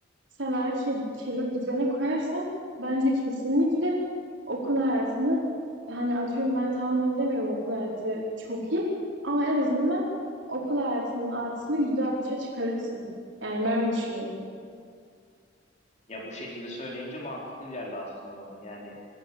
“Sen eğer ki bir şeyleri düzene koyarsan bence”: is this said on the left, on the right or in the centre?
Right